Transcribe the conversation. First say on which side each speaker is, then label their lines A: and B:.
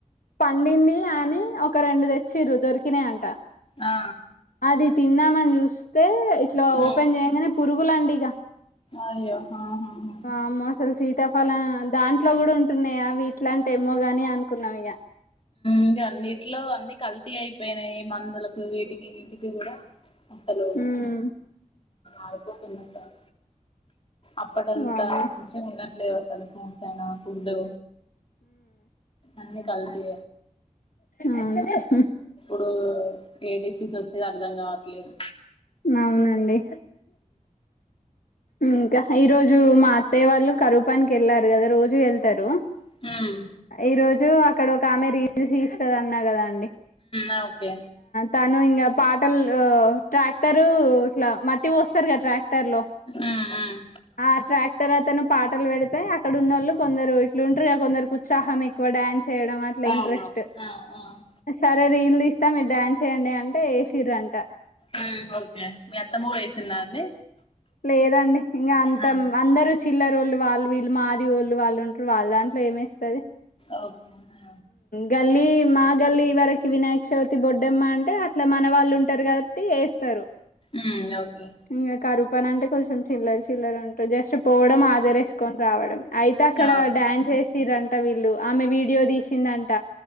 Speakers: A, on the left (about 80°); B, on the left (about 40°).
A: పండింది అని ఒక రెండు తెచ్చిరు దొరికినా అంట
B: ఆ
A: అది తిన్నామని చూస్తే ఇట్లా
B: ఉమ్
A: ఓపెన్ చేయంగానే పురుగులండి ఇక
B: అయ్యో ఆహాహా ఉమ్
A: వామ్మో అస్సలు సీత ఫలం దాంట్లో కూడా ఉంటున్నాయా వీట్లాంటి ఏమో గాని అనుకున్నాం ఇక
B: ఇంకా అన్నింటిలో అన్ని కల్తీ అయిపోయినాయి మందులకు వీటికి వీటికి కూడా అసలు
A: ఉమ్
B: ఆడిపోతుంది అసలు అప్పడంతా
A: వామ్మో
B: మంచిగా ఉండట్లేలెవ్ అసలు సనా ఫుడ్డు అన్నీ కలిపి
A: ఆముహు
B: ఇప్పుడు ఏ డిసీస్ వచ్చేది అర్ధం కావట్లేదు
A: అవునండి ఇంకా ఈ రోజు మా అత్తయ వాళ్ళు కరూపానికి వెళ్ళారు కదా రోజు వెళ్తారు
B: ఉమ్
A: ఈ రోజు అక్కడ ఒక ఆమె రీజస్ ఇస్తది అన్నా కదాండి
B: ఆ ఓకే
A: తను ఇంకా పాటలు ట్రాక్టరు ఇట్లా మట్టి పోస్తారు కదా ట్రాక్టర్ లో
B: ఉమ్ ఉమ్
A: ఆ ట్రాక్ తర్వాతను పాటలు పెడితే అక్కడ ఉన్నోళ్ళు కొందరు ఇట్లు ఉంటారు కొందరు ఉత్సాహం ఎక్కువ డ్యాన్స్ చేయడం అట్లా
B: ఆ
A: ఇంట్రెస్ట్
B: ఆ ఉమ్
A: సరే రీల్లు తీస్తా మీరు డ్యాన్స్ వేయండి అంటే ఏసి ర్రు అంట
B: ఉం ఓకే మీ అత్తమ్మ కూడా వేసిందా అండి
A: లేదండి ఇంగ అంత
B: ఆ
A: అందరు చిల్లర వోళ్ళు వాళ్ళు వీళ్ళు మాదిగో వోళ్ళు వాళ్ళుంటారు వాళ్ళ దాంట్లో ఏమేస్తది
B: ఓకే నా
A: గల్లీ మా గల్లి వరకి వినాయక చవితి బొడ్డమ్మ అంటే అట్లా మన వాళ్ళు ఉంటారు కాబట్టి టరు
B: ఉమ్ ఓకే
A: ఇంగ కరువు పని అంటే కొంచెం చిల్లరు చిల్లర ఉంటరు జస్ట్ పోవడం హజరేసుకొని రావడం అయితే అక్కడ
B: ఆ
A: డ్యాన్స్ వేసి ర అంట వీళ్ళు ఆమె వీడియో తీసిందంట